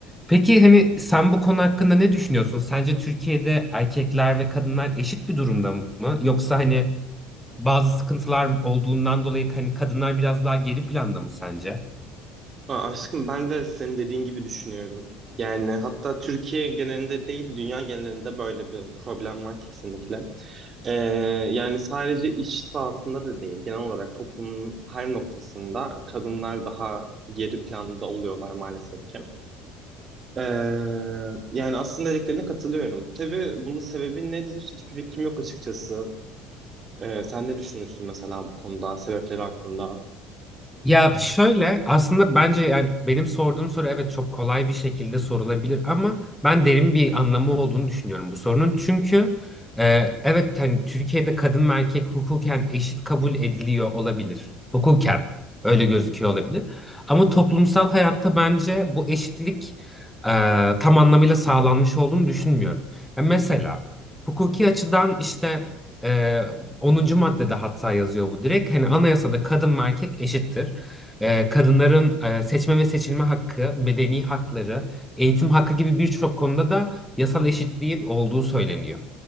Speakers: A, in the centre; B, on the right.
A: Peki hani sen bu konu hakkında ne düşünüyorsun? Sence Türkiye'de erkekler ve kadınlar eşit bir durumda mı? Yoksa hani bazı sıkıntılar olduğundan dolayı hani kadınlar biraz daha geri planda mı sence?
B: Aa, Aşkım ben de senin dediğin gibi düşünüyorum. Yani hatta Türkiye genelinde değil, dünya genelinde böyle bir problem var kesinlikle. Ee, yani sadece iş sahasında da değil, genel olarak toplumun her noktasında kadınlar daha geri planda oluyorlar maalesef ki. Ee, yani aslında dediklerine katılıyorum. Tabii bunun sebebi nedir? Hiçbir fikrim yok açıkçası. Ee, sen ne düşünüyorsun mesela bu konuda, sebepleri hakkında?
A: Ya şöyle aslında bence yani benim sorduğum soru evet çok kolay bir şekilde sorulabilir ama ben derin bir anlamı olduğunu düşünüyorum bu sorunun. Çünkü e, evet hani Türkiye'de kadın ve erkek hukuken eşit kabul ediliyor olabilir. Hukuken öyle gözüküyor olabilir. Ama toplumsal hayatta bence bu eşitlik e, tam anlamıyla sağlanmış olduğunu düşünmüyorum. Ya mesela hukuki açıdan işte e, 10. maddede hatta yazıyor bu direkt. Hani anayasada kadın ve erkek eşittir. Ee, kadınların e, seçme ve seçilme hakkı, medeni hakları, eğitim hakkı gibi birçok konuda da yasal eşitliğin olduğu söyleniyor.